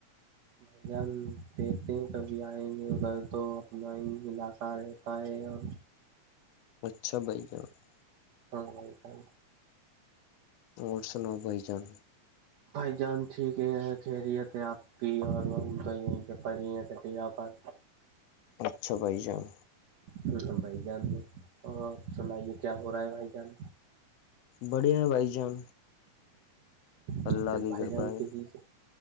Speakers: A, on the right; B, on the left.
A: بھائی جان دیکھتے ہیں کبھی آئیں گے ادھر تو اپنا ہی علاقہ رہتا ہے اور
B: <unintelligible>
A: ہاں بھائی جان
B: اور سناؤ بھائی جان
A: بھائی جان ٹھیک ہے خیریت ہے آپ پ اور ہم تو یہیں پہ پڑی ہیں کٹیا پر
B: اچھا بھائی جان
A: ہ بھائی جان اور سنائیے کیا ہو رہا ہے بھائی جان
B: بڑے ہیں بھائی جان
A: تو
B: اللہ کی
A: بھائی
B: کرپا
A: جان
B: ہے
A: کےسیی سے